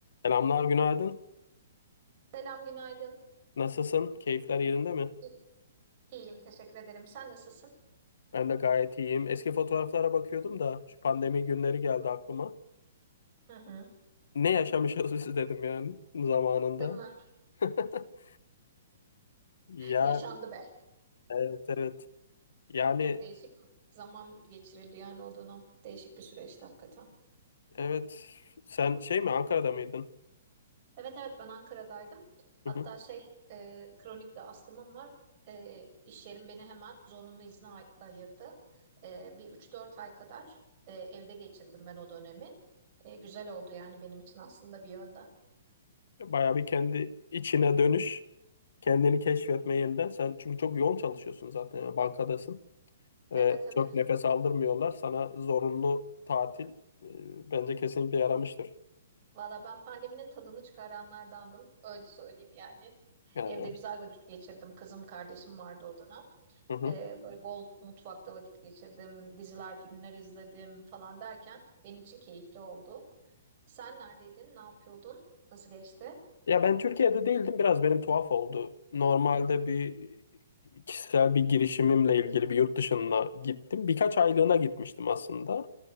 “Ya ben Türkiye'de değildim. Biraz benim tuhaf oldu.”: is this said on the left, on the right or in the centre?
Left